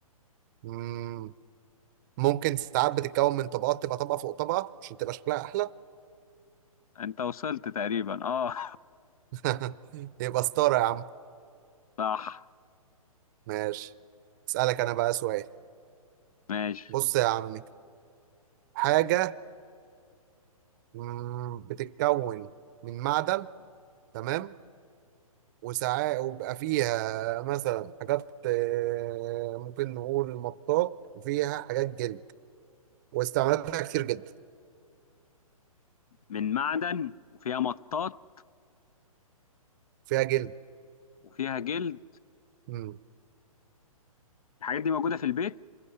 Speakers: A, on the right; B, on the left.
A: مم، ممكن ساعات بتتكون من طبقات تبقى طبقه فوق طبقه عشان تبقى شكلها احلى
B: انت وصلت تقريبا اه
A: <laughs> يبقى ستاره يا عم
B: <laughs> صح
A: ماشي اسالك انا بقى سؤال
B: ماشي
A: بص يا عمي حاجه مم، بتتكون من معدن تمام وساعات وبقى فيها مثلا حاجات آه، ممكن نقول مطاط وفيها حاجات جلد واستعمالاتها كتير جدا
B: من معدن وفيها مطاط
A: فيها جلد
B: وفيها جلد
A: مم.
B: الحاجات دي موجودة في البيت